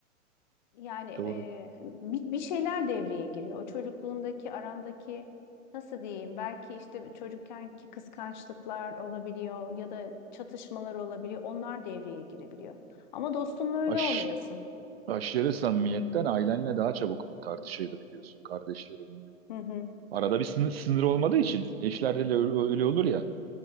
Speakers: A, on the left; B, on the right.
A: Yani e,
B: Doğru.
A: bir, bir şeyler devreye giriyor. O çocukluğundaki arandaki nasıl diyeyim? Belki işte çocukkenki kıskançlıklar olabiliyor ya da çatışmalar olabiliyor. Onlar devreye girebiliyor. Ama dostunla öyle
B: Aş,
A: olmuyorsun.
B: aşırı samimiyetten ailenle daha çabuk tartışabiliyorsun kardeşlerinle.
A: Hı hı,
B: Arada bir sınır, sınır olmadığı için eşlerde de ö- öyle olur ya.